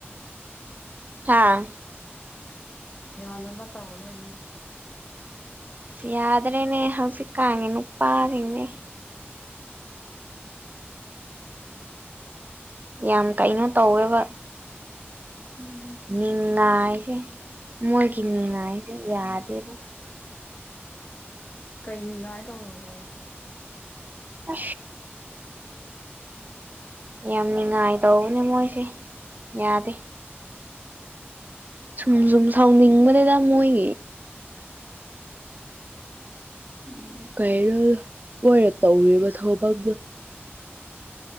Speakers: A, on the right; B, on the left.
A: ꯍꯥꯥ
B: ꯌꯥꯅꯕ ꯇꯧꯑꯣꯣ ꯅꯣꯏꯅꯦ
A: ꯁꯤ ꯌꯥꯗ꯭ꯔꯦꯅꯦ ꯍꯧꯁꯤ ꯀꯥꯉꯦ ꯅꯨ ꯎꯄꯥꯁꯤꯡꯅꯦ ꯌꯥꯝ ꯀꯩꯅꯣ ꯇꯧꯋꯦꯕ
B: ꯎꯝ
A: ꯅꯤꯡꯉꯥꯏꯁꯦ ꯃꯣꯏꯒꯤ ꯅꯤꯡꯉꯥꯏꯁꯦ ꯌꯥꯗꯦꯕ
B: ꯀꯩꯅꯤꯉꯥꯏ ꯇꯧꯔꯒꯦ
A: ꯑ ꯌꯥꯝ ꯅꯤꯡꯉꯥꯏ ꯇꯧꯕꯅꯦ ꯃꯣꯏꯁꯦ ꯌꯥꯗꯦ ꯁꯨꯝ ꯁꯨꯝ ꯁꯥꯎꯅꯤꯡꯕꯅꯤꯅ ꯃꯣꯏꯒꯤ
B: ꯎꯝ
A: ꯀꯩꯅꯣꯔ ꯇꯧꯔꯤꯕ ꯊꯧꯐꯝꯝꯗꯨ